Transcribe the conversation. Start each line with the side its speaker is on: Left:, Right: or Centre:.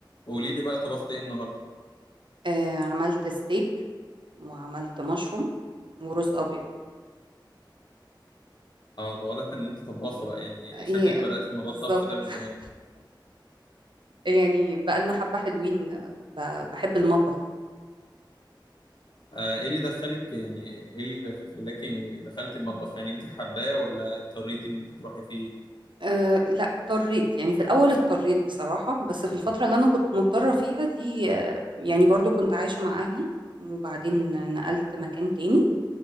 Left: قولي لي بقى طبخت ايه النهارده
Right: آه، عملت ستيك وعملت مشروم ورز ابيض
Left: اه ده واضح ان انت طباخه بقى يعني
Right: ايه
Left: شكلك بدأتي في
Right: بالظبط
Left: موضوع الطبخ ده من
Right: <laughs>
Left: زمان
Right: يعني بقالنا حبه حلوين آه، ب- بحب المطبخ
Left: آه ايه اللي دخلك يعني ايه اللي خلاكي دخلتي المطبخ يعني انت حباه ولا اضطريتي ان انت تروحي فيه
Right: أه لا اضطريت يعني في الاول اضطريت بصراحه بس في الفتره اللي انا كنت مضطره فيها دي آه، يعني برضو كنت عايشه مع اهلي وبعدين نقلت مكان تاني